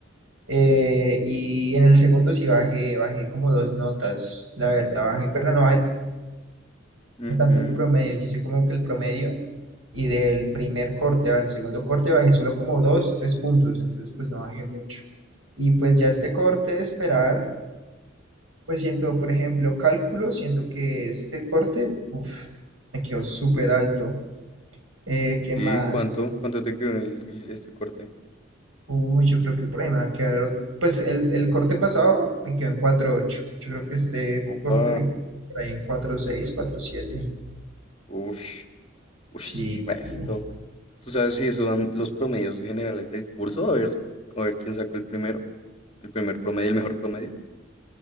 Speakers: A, on the right (about 85°); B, on the left (about 30°).
A: Eh, y en el segundo sí bajé, bajé como dos notas, la verdad, bajé, pero no bajé
B: Ujú.
A: tanto el promedio, yo hice como que el promedio y del primer corte al segundo corte bajé solo como dos, tres puntos, entonces pues no bajé mucho. Y pues ya este corte, esperar, pues siento, por ejemplo, cálculo, siento que este corte, uf, me quedó súper alto. Eh, ¿qué
B: Sí,
A: más?
B: ¿cuánto? ¿Cuánto te quedó el, el- este corte?
A: Uy, yo creo que por ahí me va a quedar. ot- Pues el, el corte pasado me quedó en cuatro ocho. Yo creo que este
B: Opa,
A: corte me quedó por ahí en 4.6, 4.7.
B: uff, uff,
A: Sí,
B: resto.
A: sí.
B: ¿Tú sabes si eso dan los promedios generales del curso? A ver, a ver quién sacó el primero, el primer promedio, el mejor promedio.